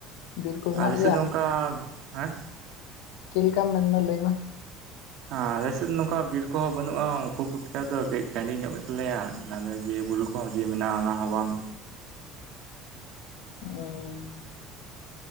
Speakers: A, on the left (about 80°); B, on the right (about 65°).
A: ᱵᱤᱨ ᱠᱚ ᱢᱮᱱᱟᱜ
B: ᱟᱞᱮ
A: ᱜᱮᱭᱟ
B: ᱥᱮᱫ ᱫᱚ ᱱᱚᱝᱠᱟ ᱦᱮᱸ
A: ᱪᱮᱫ ᱞᱮᱠᱟᱢ ᱢᱮᱱᱮᱫᱟ ᱞᱟᱹᱭ ᱢᱮ᱾
B: ᱟᱞᱮ ᱥᱮᱫ ᱱᱚᱝᱠᱟ ᱵᱤᱨ ᱠᱚᱦᱚ ᱵᱟᱹᱱᱩᱜᱼᱟ ᱠᱷᱩᱵ ᱮᱠᱴᱟ ᱫᱚ ᱠᱟᱹᱡ ᱴᱟᱺᱰᱤ ᱧᱚᱜ ᱜᱮ ᱛᱟᱞᱮᱭᱟ ᱚᱱᱟ ᱫᱚ ᱡᱮ ᱵᱩᱨᱩ ᱠᱚ ᱡᱮ ᱢᱮᱱᱟᱜᱼᱟ ᱚᱱᱟ ᱦᱚᱸ ᱵᱟᱝ
A: ᱚ